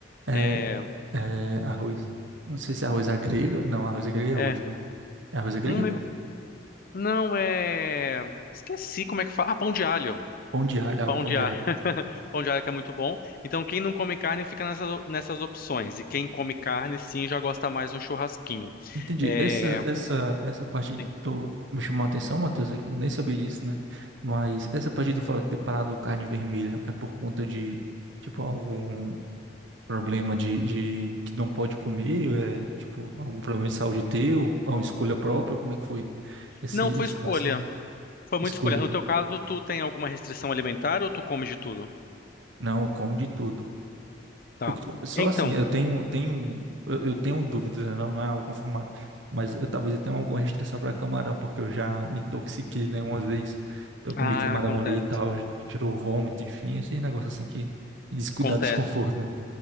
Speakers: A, on the right (about 90°); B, on the left (about 50°).
A: É,
B: É,
A: É, arroz. Não sei se é arroz à grega. Não, arroz à grega é
B: é,
A: outro, né? É arroz à grega?
B: não lembro. Não, é. Esqueci como é que fala. Ah, pão de alho.
A: Pão de alho, ah,
B: Pão
A: o pão
B: de
A: de
B: alho.
A: alho.
B: Pão de alho que é muito bom. Então, quem não come carne fica nessas, o- nessas opções. E quem come carne, sim, já gosta mais de um churrasquinho.
A: Entendi.
B: É,
A: Essa, essa, essa parte
B: sim.
A: tô, me chamou a atenção, Matheus, aqui. Eu nem sabia disso, né? Mas essa parte que tu falou de ter parado carne vermelha é por conta de, tipo, algum problema de, de que não pode comer? É, tipo, algum problema de saúde teu? Ou uma escolha própria? Como é que foi esse,
B: Não foi
A: esse
B: escolha.
A: lance?
B: Foi muito
A: Escolha.
B: escolha. No teu caso, tu tem alguma restrição alimentar ou tu come de tudo?
A: Não, eu como de tudo.
B: Tá.
A: Eu tô- só
B: Então.
A: assim, eu tenho, tenho, eu eu tenho dúvidas, né? não, não é algo confirmado, mas eu talvez eu tenha alguma restrição para camarão, porque eu já me intoxiquei,
B: hum,
A: né, uma vez. Então, eu comi
B: Ah,
A: camarão
B: acontece.
A: ali e tal, gerou vômito, enfim, esses negócios assim que des-
B: Acontece.
A: dá desconforto, né?